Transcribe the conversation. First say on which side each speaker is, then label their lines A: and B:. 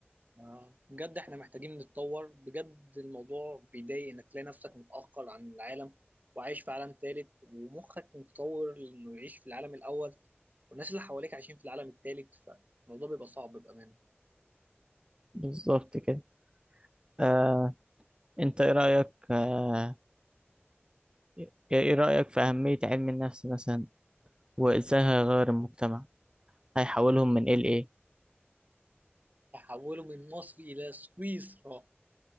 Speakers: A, on the right; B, on the right.
A: آه، بجد احنا محتاجين نتطور بجد الموضوع بيضايق انك تلاقي نفسك متأخر عن العالم وعايش في عالم ثالث ومخك متطور انه يعيش في العالم الاول والناس اللي حواليك عايشين في العالم الثالث فالموضوع بيبقى صعب بأمانة
B: بالظبط كده آه، أنت إيه رأيك آه، إيه إيه رأيك في أهمية علم النفس مثلا وإزاي هيغير المجتمع هيحولهم من إيه لإيه
A: تحوله من مصر الى سويسرا